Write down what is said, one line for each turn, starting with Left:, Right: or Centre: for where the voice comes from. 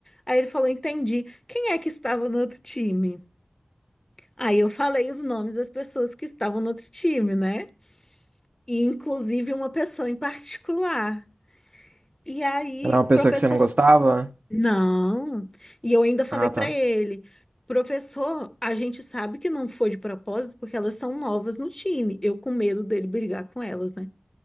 Left: Aí ele falou, entendi. Quem é que estava no outro time? Aí eu falei os nomes das pessoas que estavam no outro time, né? e inclusive uma pessoa em particular. E aí
Right: Era uma
Left: o professor,
Right: pessoa que você não gostava?
Left: não. E eu ainda falei
Right: Ah,
Left: para
Right: tá.
Left: ele, professor, a gente sabe que não foi de propósito porque elas são novas no time. Eu com medo dele brigar com elas, né?